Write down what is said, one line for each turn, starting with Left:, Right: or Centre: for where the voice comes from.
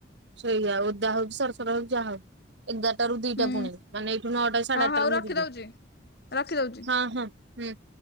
Right: ସେୟା ଓଦା ହଉଛି ସରସର ହଉ ଯାହା ହଉ। ଏଗାରଟାରୁ ଦିଟା
Left: ହୁଁ
Right: ପୁଣି ମାନେ ଏଇଠୁ ନଅଟା ସାଢେ
Left: ହଁ
Right: ଆଠଟାରୁ
Left: ହଉ ରଖିଦଉଛି
Right: ମୁ ଯିବି
Left: ରଖିଦଉଛି।
Right: ହଁ ହଁ। ହୁଁ।